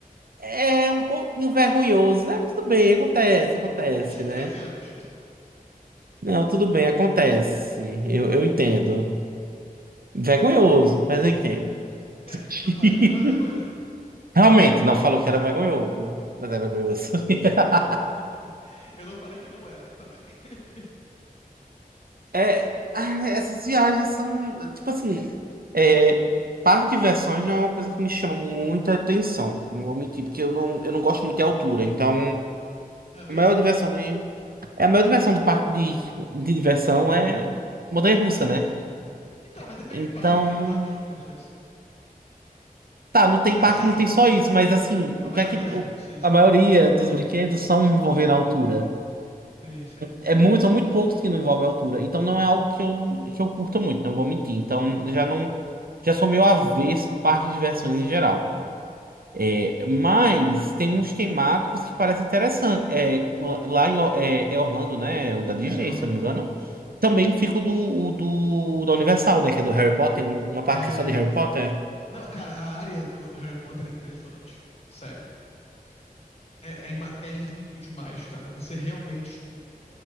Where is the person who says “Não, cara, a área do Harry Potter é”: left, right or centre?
Left